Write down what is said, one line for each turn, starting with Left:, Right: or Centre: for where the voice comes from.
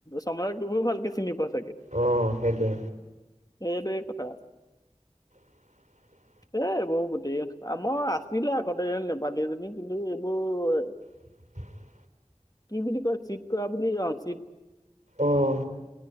Left: সময়ক গগৈ ভালকে চিনি পোৱা
Right: অ সেইটোয়ে
Left: সেইটোৱেই কথা
Right: <inaudible>
Left: এইবোৰ গোটেই আমৰ আছিলে গোটেই লেপালিএজনী কিন্তু এইবোৰ
Right: <inaudible>
Left: কি বুলি কয় চীতক কৰা বুলি কও চিত
Right: আহ